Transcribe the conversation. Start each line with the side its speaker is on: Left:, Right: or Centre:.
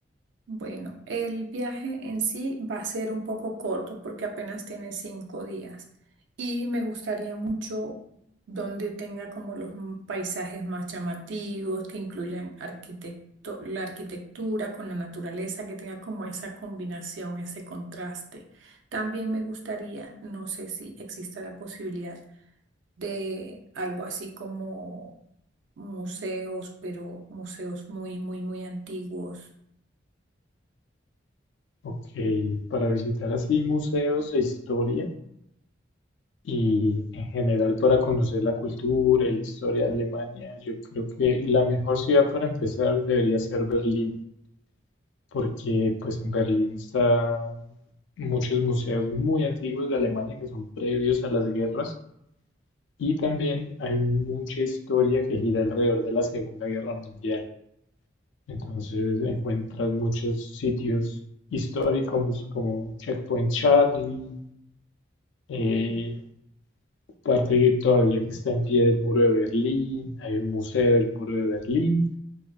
Right: Bueno, el viaje en sí va a ser un poco corto porque apenas tiene cinco días y me gustaría mucho donde tenga como los m- paisajes más llamativos, que incluyan arquitecto- la arquitectura con la naturaleza, que tenga como esa combinación, ese contraste. También me gustaría, no sé si exista la posibilidad de algo así como museos, pero museos muy, muy, muy antiguos.
Left: Ok, para visitar así museos de historia. Y en general para conocer la cultura y la historia de Alemania, yo creo que la mejor ciudad para empezar debería ser Berlín, porque pues en Berlín están muchos museos muy antiguos de Alemania que son previos a las guerras y también hay mucha historia que gira alrededor de la Segunda Guerra Mundial. Entonces encuentras muchos sitios históricos como Checkpoint Charlie, eh,
Right: Mm.
Left: parte todavía que está en pie del muro de Berlín, hay un museo del muro de Berlín,